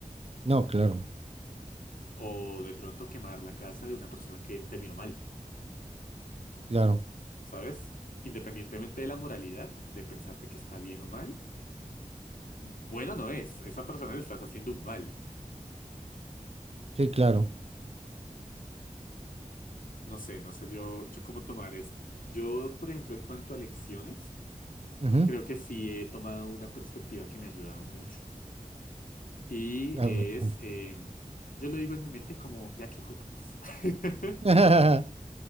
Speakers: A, on the right; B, on the left.
A: no, claro,
B: O de pronto quemar la casa de una persona que te miró mal,
A: claro,
B: ¿sabes? Independientemente de la moralidad, de pensar de que está bien o mal, bueno no es. A esa persona le estás haciendo un mal.
A: sí, claro.
B: No sé, no sé yo, yo cómo tomar esto. Yo, por ejemplo, en cuanto a lecciones,
A: Ujú,
B: creo que sí he tomado una perspectiva que me ha ayudado mucho. Y
A: claro,
B: es,
A: ujú.
B: em, yo lo digo en mi mente como, ya que hijo de putas. <laughs>
A: <laughs>